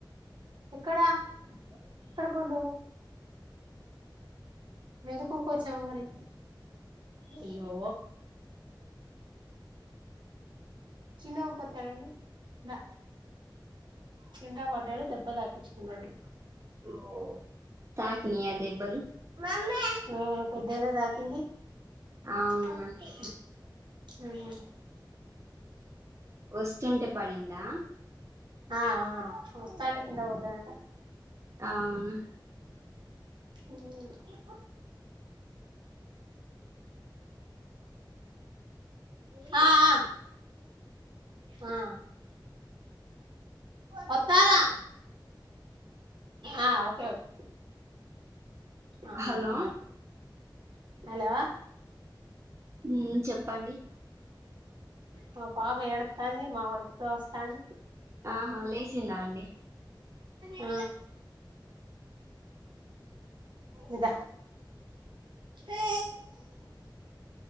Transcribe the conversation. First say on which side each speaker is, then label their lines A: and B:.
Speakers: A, on the right (about 70°); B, on the right (about 35°).
A: ఎక్కడా ఎక్కడ పండూ. ఎందుకు ఉరుకొచ్చావ్ మరి. అయ్యో చిన్నగ ఉరికొత్తే ఏమైంది దా. కింద పడ్డడు దెబ్బ తాకిచ్చుకున్నడు.
B: ఓ తాకినీయట్ దెబ్బలు
A: ఆ పెద్దగనే తాకింది.
B: అవునా
A: కత్తి ఆయా
B: వస్తుంటే పడిండా.
A: ఆ ఆ చూస్తాంటే కింద పడ్డడంటా.
B: అవునా.
A: ఊ హా అ ఆ ఆ వత్తానా. ఆ ఓకే ఓకే అవునా
B: హలో
A: హలో
B: ఉ చెప్పండి
A: మా పాప ఎడతంది మావలు ఇప్పుడే వస్తంది
B: ఆహా లేచిందా అండి
A: ఆ ఇదా ఏ